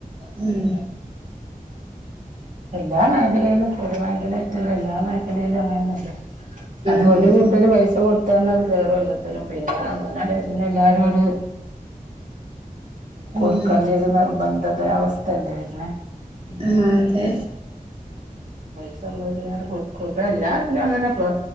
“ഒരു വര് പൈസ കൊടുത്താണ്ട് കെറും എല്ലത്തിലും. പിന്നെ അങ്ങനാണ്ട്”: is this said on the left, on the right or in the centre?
Right